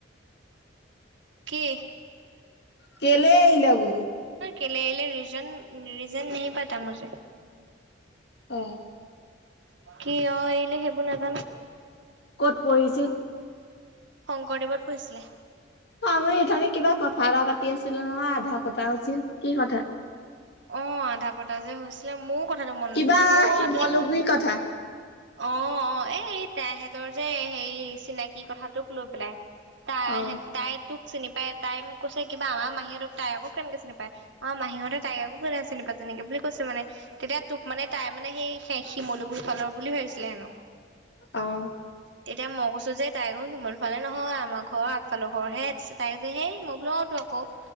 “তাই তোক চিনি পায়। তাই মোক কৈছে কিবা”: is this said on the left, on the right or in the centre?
Right